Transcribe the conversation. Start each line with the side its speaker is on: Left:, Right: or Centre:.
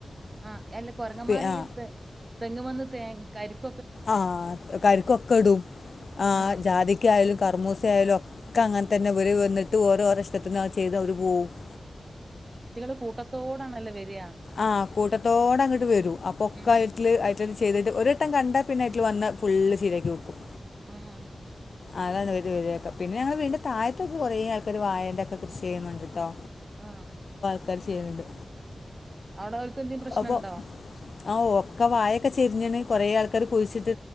Right: ആഹ എല്ല കൊരങ്ങമാരി
Left: പി- ആ
Right: തെങ്ങ് മന്ന് തേ ക
Left: ആഹ കരിക്കൊക്കെ ഇടും ആ
Right: ആഹ്
Left: ജാതിക്കയാലും കർമൂസയാലും ഒക്കെ അങ്ങനെ തന്നെ ഇവർ വന്നിട്ട് ഓരോ ഓര ഇഷ്ടത്തിന് ചെയ്ത് അവർ പോവും <inaudible>
Right: വ്യക്തികള് കൂട്ടത്തോടാണല്ലേ വരിക
Left: ആഹ് കൂട്ടത്തോടെ അങ്ങട്‌ വരും അപ്പൊ ഒക്കെ
Right: ഉം
Left: ചെയ്തിട്ട് ഒരിട്ടം കണ്ടാ പിന്നെ, അയ്റ്റള് വന്ന് ഫുള്ള് ശരിയാക്കി കൊടുക്കും
Right: ആഹ്
Left: അതെ <unintelligible> പിന്നെ ഞങ്ങളെ വീട്ടിന്റെ താഴത്തൊക്കെ കുറേ ആൾക്കാര് വായേന്റൊക്കെ കൃഷി ചെയ്യുന്നുണ്ട് ട്ടോ
Right: ആഹ്
Left: ആൾകാര് ചെയ്യുന്നുണ്ട്
Right: അവിടെ ഓൽക്ക് എന്തേലും പ്രശ്നണ്ടോ
Left: അപ്പോൾ ആ ഒക്കെ വായൊക്കെ ചെരിഞ്ഞിണ് കൊറേ ആൾക്കാർ കുഴിച്ചിട്ട്